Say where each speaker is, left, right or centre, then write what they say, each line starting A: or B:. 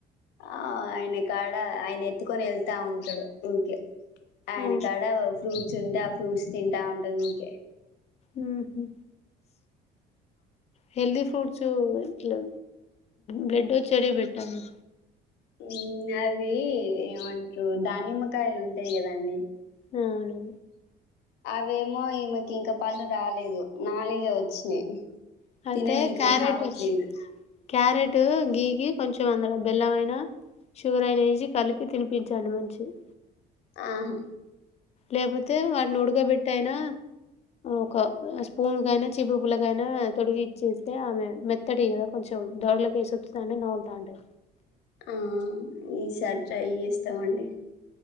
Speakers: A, on the left; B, on the left.
A: ఆ ఆయన కాడ ఆయన ఎత్తుకొని వెళ్తా ఉంటాడు ఊకే ఆయన
B: ఆ
A: కాడ ఫ్రూట్స్ ఉంటే ఆ ఫ్రూట్స్ తింటా ఉంటది ఊకే
B: మ్మ్ హెల్ది ఫ్రూట్స్ ఇట్లా బ్లెడ్డో <unintelligible> బెట్టామా
A: మ్మ్ అవి ఏమంటారు దానిమ్మకాయలు ఉంటాయి కదండి
B: అవును
A: అవేమో ఈమెకి ఇంకా పళ్ళు రాలేదు నాలుగె వచ్చినాయి
B: అయితే
A: తినానికి
B: క్యారెట్
A: రావట్లేదు
B: క్యారెట్ గీకి కొంచెం అందలో బెల్లమైన షుగర్ అయినేసి కలిపి తినిపించండి మంచిగా
A: ఆహా
B: లేకపోతే వాటిని ఉడుకబెట్టా అయినా ఒక స్పూన్ కైన చిపురు పుల్లకైనా తొడిగి ఇచ్చేస్తే ఆమె మెత్తటిది కదా కొంచెం దొడలకేసి వొత్తుతాంటే నములుతాంటది
A: ఆ ఈసారి ట్రై చేస్తామండి